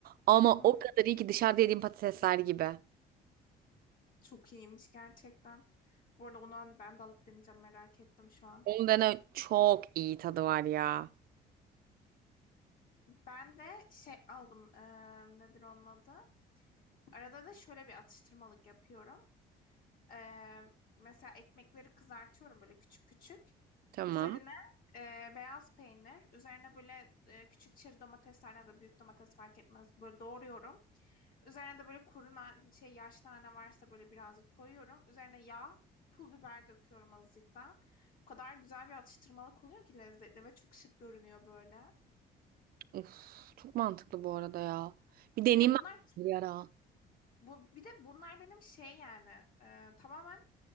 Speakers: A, on the right; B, on the left.
A: Ama
B: hmm.
A: o kadar iyi ki dışarıda yediğim patatesler gibi.
B: Çok iyiymiş gerçekten. Bu arada onu ben de alıp deneyeceğim merak ettim şu an.
A: Onun dene çok iyi tadı var ya.
B: Ben de şey aldım eee, nedir onun adı? Arada da şöyle bir atıştırmalık yapıyorum. Eee, mesela ekmekleri kızartıyorum böyle küçük küçük.
A: Tamam.
B: Üzerine e, beyaz peynir, üzerine böyle e, küçük çeri domatesler ya da büyük domates fark etmez. Böyle doğruyorum. Üzerine de böyle kuru na- şey yaş nane varsa böyle birazcık koyuyorum. Üzerine yağ, pul biber döküyorum azıcıktan. O kadar güzel bir atıştırmalık oluyor ki lezzetli ve çok şık görünüyor böyle.
A: Uf, çok mantıklı bu arada ya. Bir deneyeyim
B: Ya
A: ben
B: bunlar
A: bir ara.
B: bu bir de bunlar benim şey yani e, tamamen